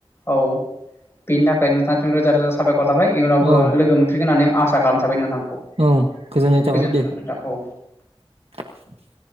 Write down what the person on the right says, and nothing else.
औ
औ गोजोननाय
थाबाय दे ।
<inaudible>